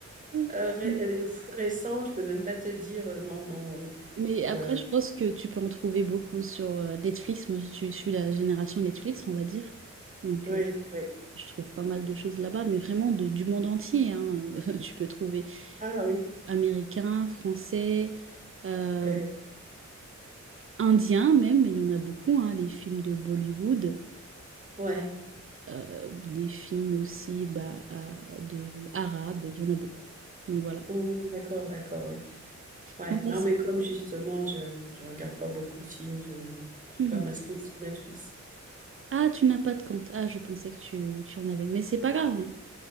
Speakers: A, on the right; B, on the right.
A: <laughs>
B: euh, ré- euh, récents. Je peux même pas te dire euh, non, non.
A: Mais après,
B: euh, euh,
A: je pense que tu peux en trouver beaucoup sur euh, Netflix. Moi, je suis je suis la génération Netflix, on va dire. Donc,
B: oui,
A: euh,
B: oui.
A: je trouve pas mal de choses là-bas, mais vraiment de- du monde entier, hein, <laughs> tu peux trouver.
B: Ah oui,
A: américains, français, euh,
B: ouais.
A: indiens même, il y en a beaucoup, hein, les films de Bollywood,
B: Ouais.
A: euh, des films aussi bah, euh, de arabes, il y en a beaucoup. Donc voilà.
B: Ouh, d'accord, d'accord, oui. Ouais.
A: Bon, mais
B: Non,
A: c'est-
B: mais comme justement, je je regarde pas beaucoup de films. Je ne suis
A: Mhm.
B: pas m'inscrire sur Netflix.
A: Ah, tu n'as pas de compte. Ah, je pensais que tu, tu en avais. Mais c'est pas grave. hein.